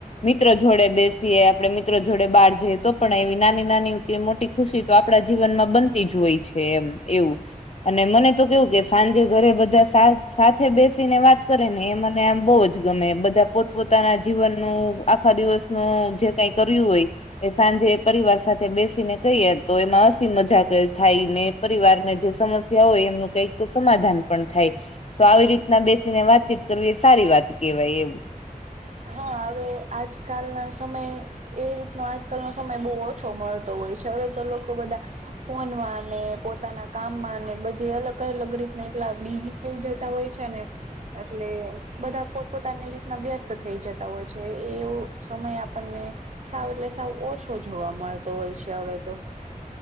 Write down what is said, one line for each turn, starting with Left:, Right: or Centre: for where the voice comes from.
Left: મિત્ર જોડે બેસીએ આપણે મિત્રો જોડે બહાર જઈએ તો પણ એવી નાની નાની મોટી ખુશી તો આપણા જીવનમાં બન તે જોય છે એમ એવું અને મને તો કેવું સાંજે ઘરે બધા સાથે બેસીને વાત ને એ મને આમ બઉ જ ગમે બધા પોતપ પોતાના જીવનનું આખા દિવસ ન જે કઈ કર્યું હોય એ સાંજે પરિવાર સાથે બેસીને કહીએ તો એમાં હસી મજાક થાયને પરિવારને જે સમસ્યા હોય એમનું કઈક સમાધાન પણ થાય તો આવી બેસીને વાતચીત કરવી સારી વાત કેહેવાય એમ
Right: હા હવે આજકાલ ના સમયે એ રીતનો આજકાલનો સમય બહુ ઓછો મળતો હોય છે હવે તો લોકો બધા ફોનમાં ને પોતાના કામમાં ને બધી અલગ અલગ રીતના એટલા બીજી થઈ જતા હોય છે ને એટલે બધા પોતપોતાની રીતના વ્યસ્ત થઈ જતા હોય છે એવો સમય આપણને સાવ એટલે સાવ ઓછો જોવા મળતો હોય છે હવે તો